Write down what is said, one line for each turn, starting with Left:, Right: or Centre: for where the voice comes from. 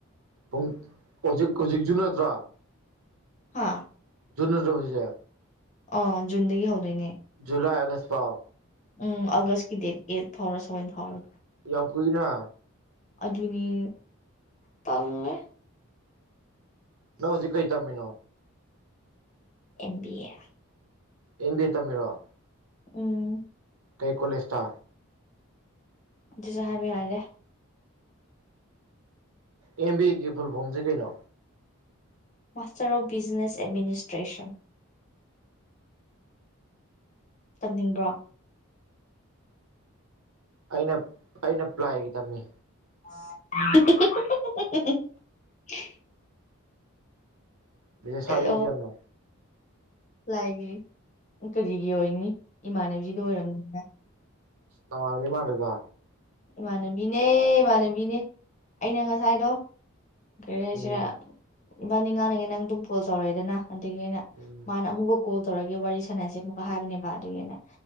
Right: ꯄꯨꯡ ꯍꯧꯖꯤꯛ ꯍꯧꯖꯤꯛ ꯖꯨꯟ ꯅꯠꯇ꯭ꯔꫭ
Left: ꯍꯥꯥ
Right: ꯖꯨꯜ ꯅꯠꯇ꯭ꯔꫭ ꯍꯧꯖꯤꯛꯁꯦ
Left: ꯑꯣ ꯖꯨꯟꯗꯒꯤ ꯍꯧꯗꯣꯏꯅꯦ
Right: ꯨꯖꯨꯂꯥꯏ ꯑꯒꯁ ꯄꯥꯎ
Left: ꯎꯝ ꯑꯒꯁꯀꯤ ꯗꯦꯠ ꯑꯩꯠ ꯐꯥꯎꯔꯥ ꯁꯚꯦꯟ ꯐꯥꯎꯔꯥ
Right: ꯌꯥꯝ ꯀꯨꯏꯅ
Left: ꯑꯗꯨꯅꯤ ꯇꯥꯟꯜꯂꯦ
Right: ꯅꯪ ꯍꯧꯖꯤꯛ ꯀꯩ ꯇꯝꯃꯤꯅ
Left: M B A
Right: M B ꯌꯦ ꯇꯝꯄꯤꯔꫭ
Left: ꯎꯝ
Right: ꯀꯩ ꯀꯣꯂꯦꯏꯁꯇ
Left: ꯑꯗꯨꯁꯨ ꯍꯥꯏꯕꯌꯔꯦ
Right: ꯑꯦꯝ ꯕꯤ ꯑꯦꯒꯤ ꯐꯨꯜ ꯐꯣꯝꯖꯦ ꯀꯩꯅꯣ
Left: ꯃꯥꯥꯁꯇꯔ ꯑꯣꯐ ꯕꯤꯖꯤꯅꯦꯁ ꯑꯦꯗꯃꯤꯅꯤꯁꯇ꯭ꯔꯦꯁꯟ ꯇꯝꯅꯤꯡꯕ꯭ꯔꯣ
Right: ꯑꯩꯅ ꯑꯩꯅ ꯄ꯭ꯂꯥꯏꯒꯤ ꯇꯝꯃꯤ
Left: <unintelligible>
Right: ꯃꯦꯁꯦꯁ ꯊꯔꯛꯏꯗꫭ
Left: ꯑꯣ
Right: ꯌꯥꯝꯅꯥ
Left: ꯂꯥꯏꯒꯤ ꯀꯔꯤꯒꯤ ꯑꯣꯏꯅꯤ ꯏꯃꯥꯟꯅꯒꯤꯗꫭ ꯑꯣꯏꯔꯝꯅꯤꯅꯤꯅ
Right: ꯅꯥꯃꯥꯟꯅꯕꯤ ꯃꯟꯗꯦꯗ
Left: ꯏꯃꯥꯟꯅꯕꯤꯅꯦ ꯏꯃꯥꯟꯅꯕꯤꯅꯦ ꯑꯩꯅ ꯉꯁꯥꯏꯗꯣ ꯀꯔꯤ ꯌꯥꯏꯁꯤꯔ
Right: ꯎꯝ
Left: ꯏꯕꯥꯅꯤ ꯉꯥꯡꯅꯤꯡꯉꯦ ꯅꯪ ꯑꯗꯨꯝ ꯀꯣꯜ ꯇꯧꯔꯛꯑꯦꯗꯅ ꯑꯗꯒꯤ ꯑꯩꯅ
Right: ꯎꯝ
Left: ꯃꯥꯅ ꯑꯃꯨꯛꯒ ꯀꯣꯜ ꯇꯧꯔꯛꯀꯦ ꯋꯥꯔꯤ ꯁꯥꯟꯅꯁꯦ ꯑꯃꯨꯛꯀ ꯍꯥꯏꯕꯅꯦꯕ ꯑꯗꯨꯒꯤ ꯑꯩꯅ